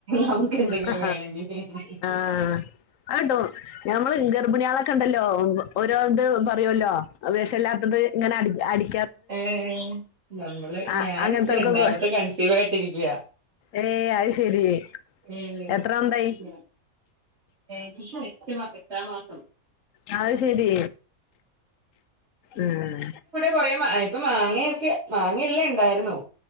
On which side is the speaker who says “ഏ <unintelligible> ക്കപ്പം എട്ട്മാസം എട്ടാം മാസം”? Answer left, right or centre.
Right